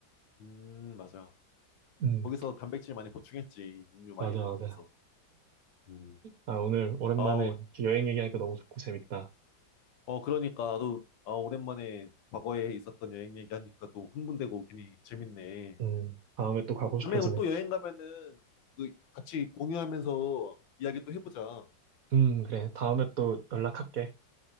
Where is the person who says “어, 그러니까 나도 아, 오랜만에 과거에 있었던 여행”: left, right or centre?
Left